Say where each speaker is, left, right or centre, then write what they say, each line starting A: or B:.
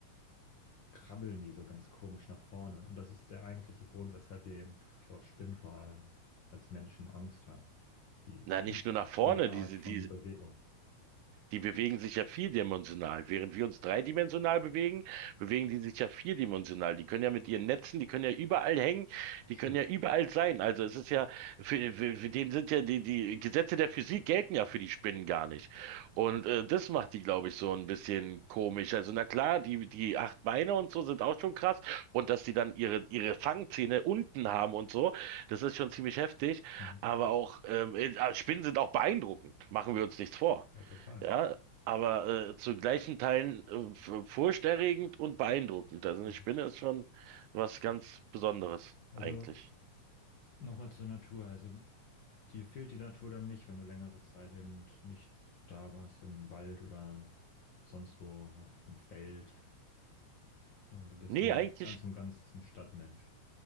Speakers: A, on the left; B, on the right.
A: krabbeln die so ganz komisch nach vorne. Und das ist der eigentliche Grund, weshalb wir eben vor Spinnen vor allem als Menschen Angst haben. Die
B: Na, nicht nur nach vorne,
A: andere
B: die,
A: Art von
B: die
A: Bewegung.
B: Die bewegen sich ja vierdimensional. Während wir uns dreidimensional bewegen, bewegen die sich ja vierdimensional. Die können ja mit ihren Netzen, die können ja überall hängen,
A: Stimmt.
B: die können ja überall sein. Also es ist ja, für, für, für den sind ja die, die Gesetze der Physik gelten ja für die Spinnen gar nicht. Und äh, das macht die, glaube ich, so ein bisschen komisch. Also na klar, die, die acht Beine und so sind auch schon krass. Und dass die dann ihre, ihre Fangzähne unten haben und so, das ist schon ziemlich heftig.
A: Mhm.
B: Aber auch, ähm, äh, Spinnen sind auch beeindruckend. Machen wir uns nichts vor.
A: Ja, total.
B: Ja, aber äh, zu gleichen Teilen äh, f- furchterregend und beeindruckend. Also eine
A: Mhm.
B: Spinne ist schon was ganz Besonderes
A: Also
B: eigentlich.
A: nochmal zur Natur. Also Dir fehlt die Natur dann nicht, wenn du längere Zeit eben nicht da warst, im Wald oder sonst wo auf dem Feld. So, du bist
B: Nee,
A: ein
B: eigentlich
A: ganz und ganz ein Stadtmensch.